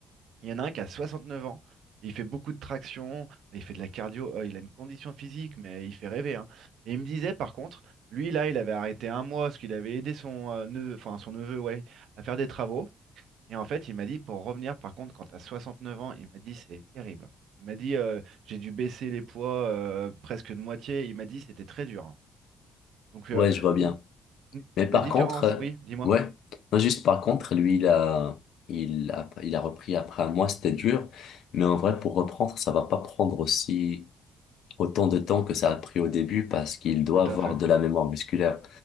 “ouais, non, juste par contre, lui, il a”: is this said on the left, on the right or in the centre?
Left